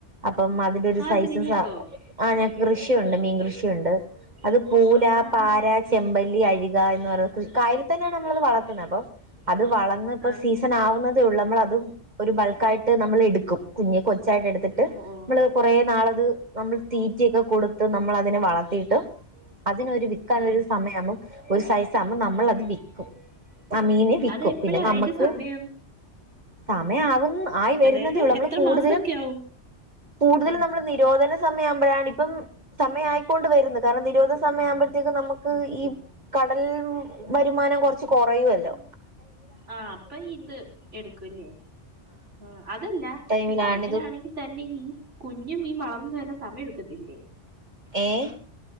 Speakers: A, on the right; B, on the right.
A: അപ്പം അതിന്റെ ഒരു
B: ആർക്ക്
A: സൈസും
B: നിങ്ങക്കോ
A: സ ആഹ് ഞങ്ങക്ക് കൃഷിയുണ്ട് മീൻകൃഷിയുണ്ട് അത് പൂല,
B: ആഹാ
A: പാര ചെമ്പല്ലി അഴിക എന്ന് പറഞ്ഞ കായലിൽ തന്നെയാണ് നമ്മളത് വളർത്തുന്നത് അപ്പം അത് വളർന്ന് ഇപ്പം
B: ആഹ്
A: സീസ് ണാവുന്നതേ ഉള്ളൂ നമ്മൾ അതും ഒരു ബൾക്ക് ആയിട്ട് നമ്മൾ എടുക്കും കുഞ്ഞു കൊച്ചായിട്ട് എടുത്തിട്ട്
B: ഓഹ് ഓഹ്
A: നമ്മള് കുറേ നാളത് നമ്മൾ തീറ്റിയൊക്കെ കൊടുത്ത് നമ്മൾ അതിനെ വളർത്തിയിട്ട് അതിനൊരു വി ക്കാൻ
B: ആഹ്
A: ഒരു സമയമാകുമ്പോ ഒരു സൈസ് ആകുമ്പോ നമ്മളത് വി ക്കും ആഹ് മീന് വിക്കും
B: അത് എപ്പഴാ
A: പിന്നെ നമ്മുക്ക്
B: അയിന്റെ സമയം
A: സമയവുന്ന ആയി വരുന്നതേ
B: അതായത്
A: ഉള്ളൂ നമ്മള്
B: എത്ര
A: കൂടുതലും
B: മാസൊക്കെ ആവും
A: കൂടുതലും നമ്മള് നിരോധന സമയം ആവുമ്പോഴാണ് ഇപ്പം സമയായിക്കൊണ്ട് വരുന്നു കാരണം നിരോധ സമയം ആവുമ്പോഴത്തേക്കും നമുക്ക് ഈ കടൽ വരുമാനം കുറച്ച് കുറയുമല്ലോ
B: ആഹ് അപ്പൊ ഇത് എടുക്കും അല്ലേ ആഹ് അതല്ല
A: ടൈമിലാണിത്
B: അങ്ങനാണെങ്കിൽ തന്നെ ഈ കുഞ്ഞു മീൻ വളർന്നു വരാൻ സമയം എടുക്കത്തില്ലേ
A: ഏഹ്